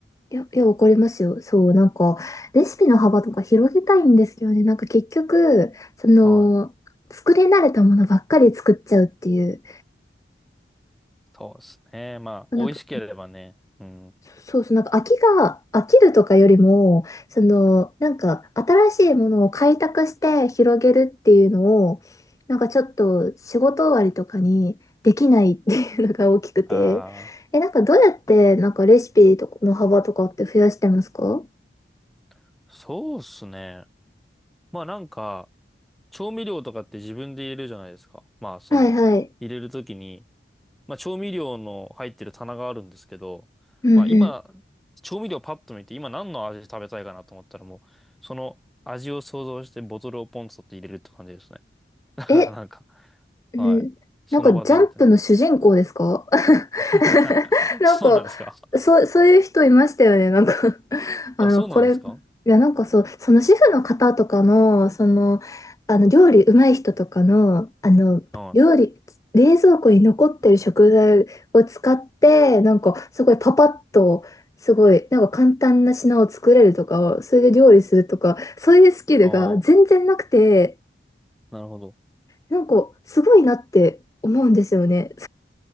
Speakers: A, on the left; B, in the centre.
A: いや、いや、怒りますよ。そう、なんか、レシピの幅とか広げたいんですけどね。なんか結局、その、
B: はい。
A: 作り慣れたものばっかり作っちゃうっていう。
B: そうですね。まあ、
A: なんか、
B: 美味しければね。うん。
A: そうそう、なんか飽きが、飽きるとかよりも、その、なんか新しいものを開拓して広げるっていうのを、なんかちょっと仕事終わりとかにできないっていうのが大きくて、
B: あ
A: え、なんかどうやってなんかレシピとかの幅とかって増やしてますか
B: あ、そうですね。まあなんか、調味料とかって自分で入れるじゃないですか。まあ、その、
A: はいはい。
B: 入れるときに、まあ、調味料の入ってる棚があるんですけど、
A: うんうん。
B: まあ、今、調味料パッと見て、今何の味食べたいかなと思ったらもう、その味を想像してボトルをポンと取って入れるって感じですね。<laughs> だからなんか、
A: え、うん。
B: はい。その場でみたいな。
A: なんかジャンプの主人公ですか
B: <laughs>
A: <laughs> なんか、
B: そうなんですか
A: そう、そういう人いましたよね。なんか <laughs>
B: あ、
A: あの、
B: そうなんですか
A: これ、いや、なんかそう、その主婦の方とかの、その、あの、料理うまい人とかの、あの、
B: はい。
A: 料理、冷蔵庫に残ってる食材を使って、なんか、すごいパパッと、すごい、なんか簡単な品を作れるとか、それで料理するとか、そういうスキルが全然なくて、
B: ああ、なるほど。
A: なんか、すごいなって思うんですよね。